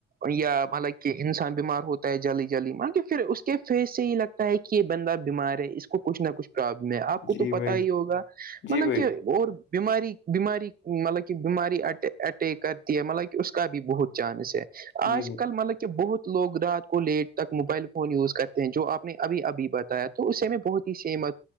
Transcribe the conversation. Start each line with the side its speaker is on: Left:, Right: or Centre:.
Right: یا مطلب کہ انسان بیمار ہوتا ہے جلدی جلدی مطب کہ پھر اس کے فیس سے ہی لگتا ہے کہ یہ بندہ بیمار ہے اس کو کچ نہ کچھ ابلم ہے آپ کو
Left: جی
Right: تو پتا
Left: بھائی
Right: ہی ہوگا
Left: جی
Right: مطلب
Left: بھائی
Right: کہ اور بیماری بیماری مطلب کہ بیماری اٹیک کرتی ہے مطلب کہ اس کا بھی بہت چانس ہے آج
Left: جی بھائی
Right: کل مطلب کہ بہت لوگ رات کو لیٹ تک موبائل فون یوز کرتے ہیں جو آپ نے ابھی ابھی بتایا تو اسے میں بہت ہی سحمت